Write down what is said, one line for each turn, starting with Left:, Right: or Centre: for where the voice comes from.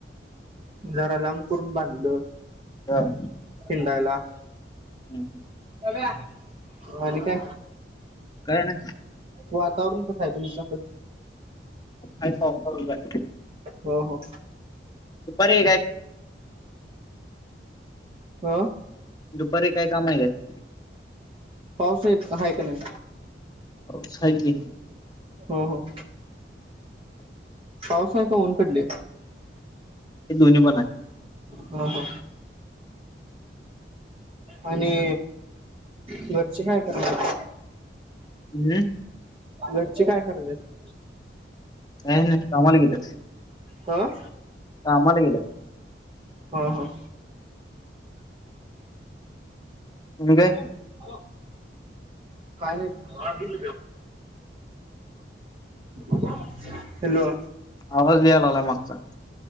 Right: जरा लांब करून बांधलं.
Left: ह.
Right: हिंायला.
Left: हम् ह.
Right: <unintelligible> काय
Left: ना
Right: वातावरण कसं आहे? तुमच्याकड
Left: आहे पाऊस चालू.
Right: हो हो
Left: सुपारीय काय
Right: ह. <inaudible>
Left: दुपारी काय काम आहे काय.
Right: पाऊस नाहीेत आहेाय का नाही.
Left: हो स आहे.
Right: हो हो. पाऊस आहे का ऊन पडले.
Left: हे दोननी बन.
Right: ह ह. आणि घरचे काय करणार.
Left: हम्म.
Right: घरची काय करत आहेत.
Left: नाही नाही कामाला गेलेत.
Right: हम.
Left: कामाला गेलेत.
Right: हो हो.
Left: ह <unintelligible>
Right: हॅलो काय नाही <unintelligible> हॅलो!
Left: आवाज यायलागलाय मागचा